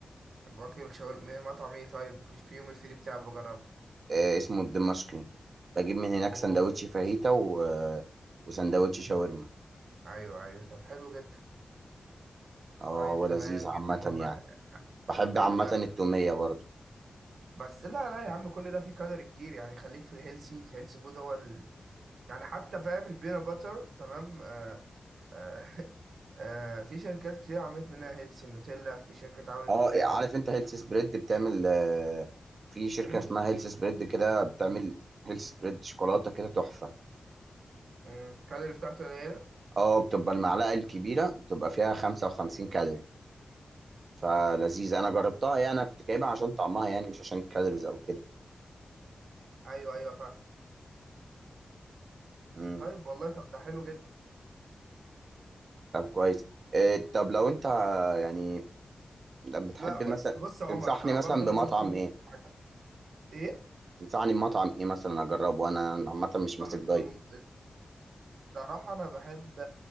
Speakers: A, on the right (about 85°); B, on the right (about 50°).
A: باكل شاورما مطعم ايه طيب في يوم الفري بتاعي بجربه
B: آه، اسمه الدمشقي بجيب من هناك
A: اوه
B: سندوتش فاهيتا و... آه، وسندوتش شاورما
A: ايوه ايوه طب حلو جدا
B: اه
A: طيب
B: هو
A: تمام
B: لذيذ
A: جدا
B: عامة
A: والله
B: يعني بحب
A: حلو
B: عامة
A: الاكل
B: التومية برضو
A: بس لا لا يا عم كل ده فيه كالوري كتير يعني خليك في الهيلسي الهيلسي فود هو ال... يعني حتى فاهم البينات باتر تمام آه آه <laughs> آه في شركات كتير عملت منها هيلسي النوتيلا في شركات عملت
B: اه
A: منها
B: عارف
A: هيلسي
B: انت هيلث سبريد بتعمل آه، في شركة
A: امم
B: اسمها هيلث سبريد كده بتعمل هيلث سبريد شوكولاتة كده تحفة
A: الكالوري بتاعته قليلة
B: اه بتبقى المعلقة الكبيرة بتبقى فيها 55 كالوري فلذيذة انا جربتها يعني انا كنت جايبها عشان طعمها يعني مش عشان الكالوريز او كده
A: ايوه ايوه فاهم
B: امم
A: طيب والله طب ده حلو جدا
B: طب كويس إيه طب لو انت يعني طب بتحب
A: لا
B: مثلا
A: بس بص يا
B: تنصحني
A: عمر ها،
B: مثلا
A: برضه
B: بمطعم
A: لازم أفهمك
B: ايه
A: حاجة. ايه
B: تنصحني بمطعم ايه مثلا اجربه انا عامه مش ماسك
A: صاحب
B: دايت
A: بم... الصراحة انا بحب